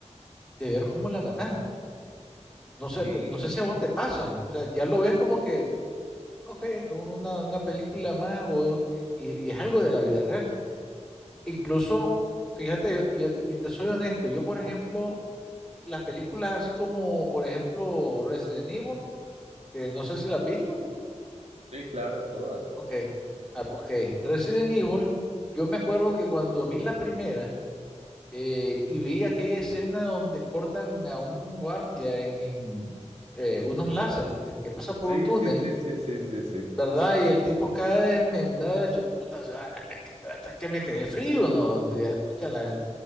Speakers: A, in the centre; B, on the right (about 60°).
A: de ver cómo la mataron. No sé,
B: Sí,
A: p- no sé si a vos
B: sí,
A: te pasa, o sea, ya lo ves como que, ok, una, una película más o, y, y es algo de la vida real. Incluso, fíjate, y, yo te y te soy honesto, yo por ejemplo, las películas así como, por ejemplo, Resident Evil, que no sé si las has visto.
B: sí, claro, todas.
A: Ok, ah, ok. Resident Evil, yo me acuerdo que cuando vi la primera eh, y vi aquella escena donde cortan a un guardia en, en, eh, unos láser que, que pasa por
B: Sí,
A: un túnel,
B: sí, sí, sí, sí, sí, sí.
A: ¿verdad? Y el tipo cae desmembrado, yo, puta, o sea, me quedé- hasta que me quedé frío, ¿no? Y dije, pucha, la-